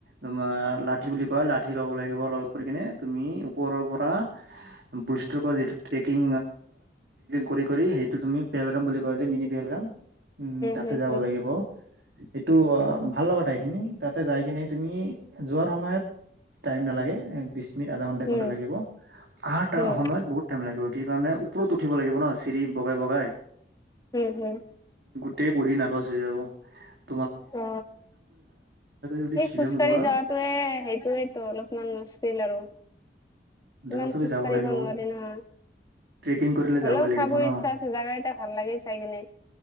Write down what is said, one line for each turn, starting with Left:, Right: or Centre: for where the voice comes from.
Right: তোমাৰ লাঠি বুলি কয় লাঠি ল'ব লাগিব লগ কৰি কিনে তুমি ওপৰৰ পৰা সেইটো কৰে এইটো ট্ৰেক ট্ৰেকিং কৰি কৰি সেইটো তুমি পেলগাম বুলি যে মিনি পেহেলগাম উম, তাতে
Left: হম হম
Right: যাব লাগিব। এইটো ভাল লগা টাইটেনিক তাতে যাই কিনে তুমি যোৱাৰ সময়ত টাইম নালাগে বিশ মিনিট আধা ঘন্টা
Left: হম
Right: এক ঘণ্টা লাগিব আহটা
Left: হম
Right: সময়ত বহুত টাইম লাগিব। সেই কাৰণে ওপৰত উঠিব লাগিব ন চিৰি বগাই বগাই
Left: হম, হম,
Right: েই প নাৰ্বছ <unintelligible>
Left: অ
Right: যদি
Left: সেই
Right: শ্বিলং
Left: খোজকাঢ়ি
Right: যোৱা
Left: যোৱাটোয়ে সেইটোয়েই তো অলপমান তেল আৰু-
Right: জাগা
Left: ইমান
Right: চাবি
Left: খোজ
Right: যাব
Left: কাঢ়িব
Right: লাগিব।
Left: নোৱাৰি নহয়।
Right: ট্ৰেকিং কৰিলে
Left: হ'লেও
Right: যাবই লাগিব
Left: চাব
Right: ন
Left: ইচ্ছা আছে জাগা কিটা ভাল লাগে চাই কিনে